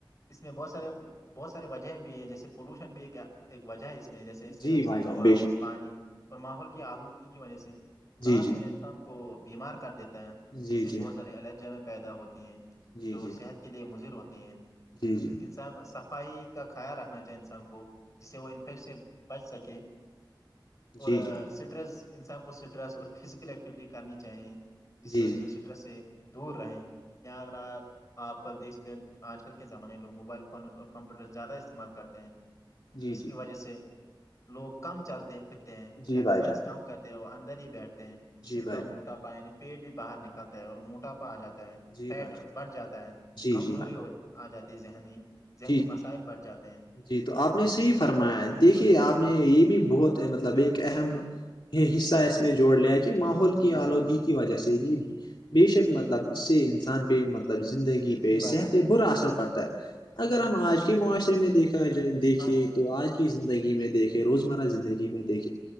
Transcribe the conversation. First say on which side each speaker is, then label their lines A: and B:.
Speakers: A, on the left; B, on the left.
A: اس میں بہت سارے بہت سار وجہ بھی ہیں جیسے پولوشن بھی ہے کیا ایک وجہ ہے اس میں جیسے اس کی
B: جی
A: وجہ
B: بھائی
A: سے
B: جان
A: ہوا
B: بے
A: اور
B: شک
A: پانی اور ماحول کی آلودگی کی وجہ سے سانس
B: جی جی
A: لیرا انسان کو بیمار کر دیتا ہے
B: جی
A: اس سے
B: جی
A: بہت سارے الرجیں پیدا ہوتی ہیں
B: جی
A: جو
B: جی
A: صحت کے لیے مضر ہوتی ہیں
B: جی
A: انسان کو صفائی کا خیال رکھنا چاہے انسان کو جس سے وہ انفیکٹ سے بچ سکے اور
B: جی
A: اسٹریس
B: جی
A: انسان کو سٹریس اور فزیکل ایکٹیویٹی کرنی چاہیے جس
B: جی
A: کی وجہ
B: جی
A: سے مر سے دور رہے اگر آپ کل دیکھ سکتے ہیں آج کل کے زمانے میں لوگ موبائل فونز اور کمپیوٹر زیادہ استعمال کرتے ہیں
B: جی
A: جس
B: جی
A: کی وجہ سے لوگ کام چلتے پھرتے ہیں
B: جی
A: ایکسرسائز
B: بھائی جان
A: کام کرتے اور اندر ہی بیٹھتے ہیں جس
B: جی
A: سے ان
B: بھائی
A: کا موٹاپا
B: جان
A: یعنی پیٹ بھی باہر نکلتا ہے اور موٹاپا آ جاتا
B: جی
A: فیٹ
B: بھائی جان
A: بڑھ جاتا ہے
B: جی
A: کمزوری
B: جی بھائی
A: آ جاتی ہے ذہنی ذہنی
B: جی
A: مسائل بڑھ جاتے ہیں
B: جی تو آپ نے صحیح فرمایا ہے
A: جی
B: دیکھیے
A: بھائی جان
B: آپ نے یہ بھی بہت مطلب ایک اہم حصہ ہے اس میں جوڑ لیا کہ کہ ماحول
A: جی
B: کی
A: بھائی
B: آلودگی
A: جان
B: کی وجہ سے بھی بے شک مطلب اس سے انسان پہ مطلب مطلب زندگی
A: جی
B: پہ
A: بھائی
B: صحت
A: جان
B: پ برا اثر پڑتا ہے اگر ہم آج کے معاشرے میں دیکھا جائے دیکھے
A: ہاں جی بھائی
B: تو آج کی زندگی میں دیکھے روزمرہ زندگی میں دیکھیں